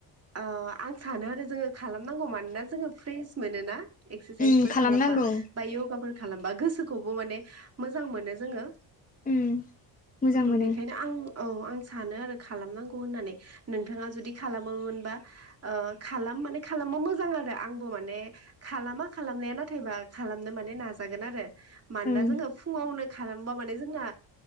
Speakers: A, on the right; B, on the left.
A: आं सानो आरो जोङो खालाम। नांगौ मानोना जोंङो फ्रेस मोनो ना इस्रासायसफोर
B: उम खालामनांगौ
A: थामोना। खालामबा गोसोखौबो माने मोजां मोनो जोङो
B: उम मोजां
A: थ
B: मोनो
A: बेखायनो आं। औ आं सानो आरो खालामनांगौ होननानै नोंथाङा जुदि खालामोमोनबा खालाम माने खालामबा मोजां आरो आंबो माने खालामा खालामनाया नाथायबा खालामनो माने नाजागोन आरो। मानोना
B: ओं
A: जोङो फुङावनो खालामबा माने जोंना।